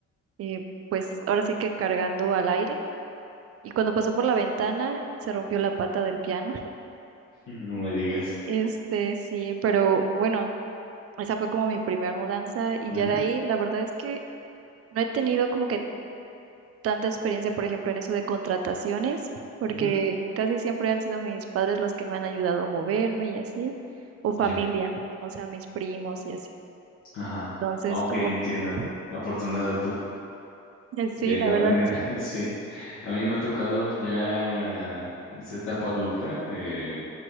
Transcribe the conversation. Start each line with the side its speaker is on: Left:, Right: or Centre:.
Right: eh, pues ahora sí que cargando al aire y cuando pasó por la ventana se rompió la pata del piano,
Left: No me digas.
Right: este, sí, pero bueno, esa fue como mi primera mudanza y
Left: Ujú,
Right: ya de ahí la verdad es que no he tenido como que tanta experiencia, por ejemplo, en eso de contrataciones, porque
Left: ujú.
Right: casi siempre han sido mis padres los que me han ayudado a moverme y así, o familia,
Left: Ya.
Right: o sea, mis primos y así.
Left: Ajá.
Right: Entonces,
Left: Ah, ok,
Right: como
Left: entiendo.
Right: que
Left: Afortunada tú.
Right: eh, sí,
Left: De
Right: la
Left: no,
Right: verdad
Left: de
Right: sí.
Left: no- <laughs> sí. A mí me ha tocado ya en esta etapa adulta, eh,